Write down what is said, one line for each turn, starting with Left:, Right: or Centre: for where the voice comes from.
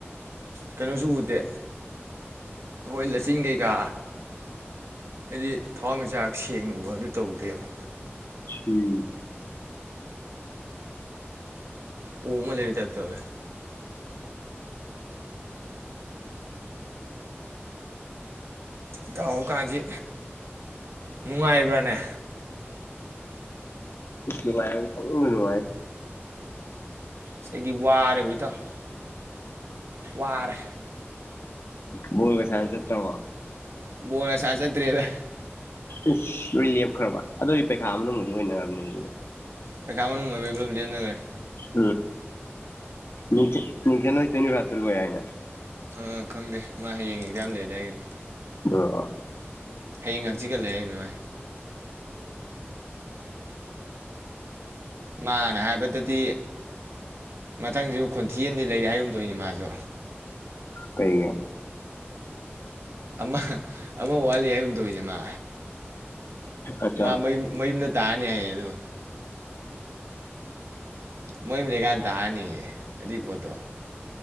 Right: ꯀꯩꯅꯣꯁꯨ ꯎꯗꯦ ꯑꯩꯈꯣꯏ ꯂꯆꯤꯟ ꯀꯩꯀꯥ ꯍꯥꯏꯗꯤ ꯊꯋꯥꯟꯃꯤꯆꯥꯛ ꯁꯦꯡꯅ ꯎꯕ ꯍꯥꯏꯕꯗꯨ ꯇꯧꯗꯦꯕ
Left: ꯎꯝ
Right: ꯑꯣꯝꯃ ꯂꯩꯕꯩ ꯇꯥꯏꯞ ꯇꯧꯋꯦ ꯏꯇꯥꯎ ꯍꫭ ꯀꯥꯖꯤ ꯅꯨꯡꯉꯥꯏꯕ꯭ꯔꯥꯅꯦ
Left: ꯅꯨꯡꯉꯥꯏꯕ ꯄꯨꯡꯅꯨꯡ ꯅꯨꯡꯉꯥꯏꯗ
Right: ꯁ ꯑꯩꯗꯤ ꯋꯥꯔꯦꯕꫭ ꯏꯇꯥꯎ ꯋꯥꯔꯦ
Left: ꯃꫭꯏ ꯉꯁꯥꯏꯅ ꯆꯠꯈ꯭ꯔꯕꫭ
Right: <unintelligible> ꯆꯗ꯭ꯔꯦꯗ
Left: ꯏꯁ ꯂꯣꯏ ꯂꯦꯞꯈ꯭ꯔꯕ ꯑꯗꫭꯏ ꯄꯩꯈꯥ ꯃꯅꯨꯡꯕꯨꯗꯤ ꯑꯣꯏꯅꯔꯝꯅꯤ ꯑꯗꯨꯅ
Right: ꯄꯩꯈꯥ ꯃꯅꯨꯡ ꯑꯣꯏꯕꯩ ꯄꯨꯂꯞ ꯂꯦꯞꯅꯔꯦ
Left: <unintelligible> ꯅꯤꯡꯆꯠ ꯅꯤꯡꯆꯟꯍꫭꯏ ꯇꯣꯏꯅꯤ ꯚꯥ ꯗꯨꯝ ꯌꯥꯏ ꯍꯥꯏꯅꯦ
Right: ꯑꯥ ꯈꯪꯗꯦ ꯃꯥ ꯍꯌꯦꯡ ꯑꯦꯛꯖꯥꯝ ꯂꯩꯑꯗꯤ ꯍꯥꯏꯒꯤꯕꯅꯦ
Left: <unintelligible>
Right: ꯍꯌꯦꯡꯒ ꯍꯥꯡꯆꯤꯠꯒ ꯂꯩ ꯍꯥꯏꯒꯤꯕꯅꯦ ꯃꯥꯏ ꯃꯥꯅ ꯍꯥꯏꯕꯗꯗꯤ ꯃꯊꯪꯖꯨ ꯈꯣꯟꯊꯤ ꯑꯃꯗꯤ ꯂꯩꯔꯦ ꯍꯥꯏꯒꯨꯝꯗꯧꯏꯅꯦ ꯃꯥꯖꯨ
Left: ꯀꯩꯒꯤ
Right: ꯑꯃ ꯑꯃ ꯋꯥꯠꯂꯤ ꯍꯥꯏꯒꯨꯝ ꯇꯧꯅꯦ ꯃꯥ
Left: ꯑꯠꯆꯥ
Right: ꯃꯥ ꯃ ꯃꯌ ꯅ ꯇꯥꯅꯤ ꯍꯥꯏꯌꯦ ꯑꯗꯨ ꯃꯣꯏ ꯑꯃ ꯂꯩꯀꯥꯟ ꯇꯥꯔꯅꯤꯌꯦ ꯗꯤꯄꯣꯠꯇꯣ